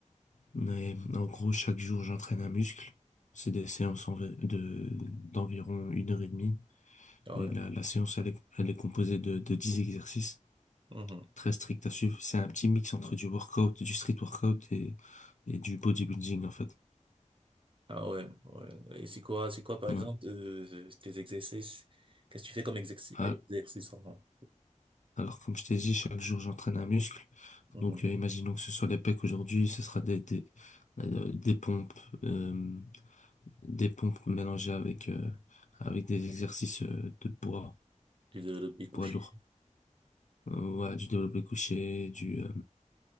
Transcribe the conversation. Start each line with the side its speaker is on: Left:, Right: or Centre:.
Left: Mais en gros, chaque jour, j'entraîne un muscle. C'est des séances envi- de, d'environ une heure et demie.
Right: Ah ouais.
Left: Et la, la séance, elle est, elle est composée de, de 10 exercices
Right: Mhm.
Left: très stricts à suivre. C'est un petit mix entre du workout, du street workout et, et du bodybuilding, en fait.
Right: Ah ouais. Ouais. Et c'est quoi, c'est quoi, par
Left: Ouais.
Right: exemple, euh, tes exercices? Qu'est-ce que tu fais comme exercice,
Left: Ah,
Right: exercice en,
Left: Alors, comme je t'ai dit, chaque jour, j'entraîne un muscle.
Right: Mhm.
Left: Donc, euh, imaginons que ce soit les pecs aujourd'hui, ce sera des, des, euh, des pompes, euh, des pompes mélangées avec, euh, avec des exercices euh, de poids,
Right: Tu de le pied couché.
Left: poids lourd. Euh, ouais, du développé couché, du, euh,